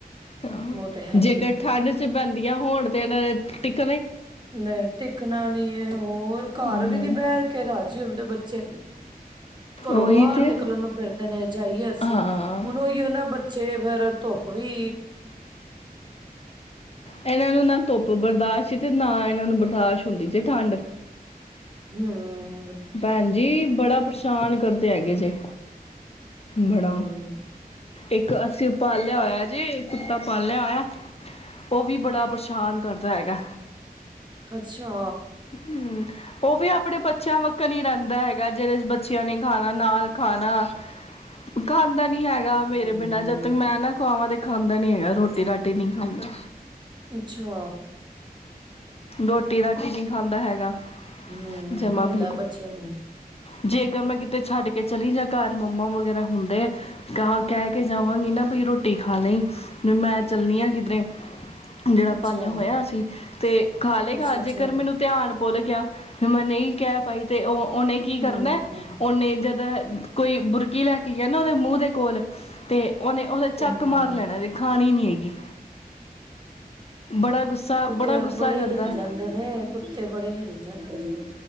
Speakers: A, on the left; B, on the right.
A: ਹ
B: ਉਹ ਤੇ ਹੈ
A: ਜੇਕਰ
B: ਹੀ ਆ
A: ਠੰਡ ਚ ਬੰ ਹੋਣ ਤੇ ਇਨਾ ਦੇ ਟਿਕ
B: ਨਹੀਂ ਟਿਕਣਾ ਨੀ ਹੈ ਹੋਰ ਘਰ
A: ਹਮ
B: ਵੀ ਨੀ ਬਹਿਠ ਕੇ ਰਾਜੀ ਹੁੰਦੇ ਬੱਚੇ ਚੱਕ ਘਰੋਂ
A: ਉਹੀ
B: ਬਾਹਰ
A: ਤੇ
B: ਨਿਕਲਣ ਨੂੰ ਫਿਰਦੇ ਨੇ ਜਾਈਏ ਅਸੀਂ
A: ਹਾਂ
B: ਹੁਣ ਉਹੀ ਉਹ ਨਾ ਬੱਚੇ ਫੇਰ ਧੁੱਪ ਵੀ
A: ਇਹਨਾਂ ਨੂੰ ਨਾ ਧੁੱਪ ਬਰਦਾਸ਼ਤ ਤੇ ਨਾ ਇਹਨਾਂ ਨੂੰ ਬਰਦਾਸ਼ਤ ਹੁੰਦੀ ਜੇ ਠੰਡ
B: ਹਮ
A: ਭੈਣਜੀ ਬੜਾ ਪਰੇਸ਼ਾਨ ਕਰਦੇ ਹੈਗੇ ਜੇ
B: ਹਮ
A: ਬੜਾ ਇੱਕ ਅਸੀ ਪ ਲਿਆ ਹੋਇਆ ਜੀ ਕੁੱਤਾ ਪਾਲ ਲਿਆ ਹੋਇਆ ਉਹ ਵੀ ਬੜਾ ਪਰੇਸ਼ਾਨ ਕਰਦਾ ਹੈਗਾ
B: ਅੱਛਾ
A: ਹਮ ਉਹ ਵੀ ਆਪਣੇ ਬੱਚਿਆਂ ਵੱਖਣ ਹੀ ਰਹਿੰਦਾ ਹੈਗਾ ਜਿਹੜੇ ਬੱਚਿਆਂ ਨੇ ਖਾਣਾ ਨਾਲ ਖਾਣਾ ਖਾਂਦਾ ਨੀ ਹੈਗਾ ਗਾ ਮੇਰੇ
B: ਹੂੰ
A: ਬਿਨਾਂ ਜਦੋਂ ਤੱਕ ਮੈਂ ਨਾ ਖੁਵਾਵਾਂ ਦੇ ਖਾਂਦਾ ਨੀ ਹੈਗਾ ਰੋਟੀ ਰਾਟੀ ਨਹੀਂ ਖਾਂਦਾ
B: ਅੱਛਾ
A: ਰੋਟੀ ਰਾਟੀ ਨਹੀਂ ਖਾਂਦਾ ਹੈਗਾ
B: ਹਮ
A: ਜਮਾ
B: ਹੁੰਦਾ
A: ਬਿਲਕੁਲ
B: ਬੱਚਿਆਂ ਨੂੰ
A: ਜੇਕਰ ਮੈਂ ਕਿਤੇ ਛੱਡ ਕੇ ਚਲੀ ਜਾਂ ਘਰ ਮੰਮਾ ਵਗੈਰਾ ਹੁੰਦੇ ਆ ਤਾਂ ਕਹਿ ਕੇ ਜਾਵਾਂਗੀ ਨਾ ਵੀ ਰੋਟੀ ਖਾ ਲਈ ਮੈਂ ਚੱਲਣੀ ਆਂ ਕਿਧਰੇ ਜਿਹੜਾ
B: ਅੱਛਾ,
A: ਪਾਲਿਆ ਹੋਇਆ ਅਸੀ ਤੇ ਖਾ ਲਏਗਾ
B: ਅੱਛਾ-ਅੱਛਾ,
A: ਜੇਕਰ ਮੈਨੂੰ ਧਿਆਨ ਭੁੱਲ ਗਿਆ ਫ ਮੈਂ ਨਹੀਂ ਕਹਿ ਪਾਈ ਤੇ ਉਹ ਉਹਨੇ ਕੀ
B: ਹੂੰ।
A: ਕਰਨਾ ਉਹਓਨੇ ਜਦੋਂ ਕੋਈ ਬੁਰਕੀ ਲੈ ਕੇ ਗਿਆ ਨਾ ਦੇ ਮੂੰਹ ਦੇ ਕੋਲ ਤੇ ਉਹਨੇ ਉਹਦਾ ਚੱਕ
B: ਹੂੰ,
A: ਮਾਰ ਲੈਣਾ ਤੇ ਖਾਣੀ ਨੀ ਹੈਗੀ ਬੜਾ ਗੁੱਸਾ
B: ਕੁੱਤੇ
A: ਬੜਾ ਗੁੱਸਾ
B: ਬੜੇ
A: ਕਰਦਾ
B: ਹਿਲ ਜਾਂਦੇ ਨੇ ਕੁੱਤੇ ਬੜੇ ਹਿਲ ਜਾਂਦੇ ਨੇ